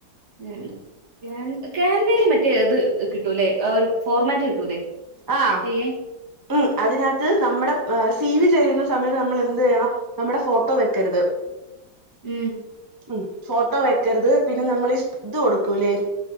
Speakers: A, on the right; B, on the right.
A: ഉം ക്യാ ക്യാൻവേല് മറ്റേ അത് കിട്ടൂല്ലെ ഒരു ഫോർമാറ്റ് കിട്ടൂല്ലേ
B: ആഹ്
A: ചെയ്യാൻ
B: ഉം അതിനാത്ത് നമ്മുടെ സി വി ചെയ്യരുന്ന സമയത്ത് നമ്മള് എന്ത് ചെയ്യണം നമ്മുടെ ഫോട്ടോ വെക്കരുത്
A: ഉം
B: ഉം ഫോട്ടോ വെക്കരുത് പിന്നെ നമ്മള് ഇത് കൊടുക്കൂല്ലേ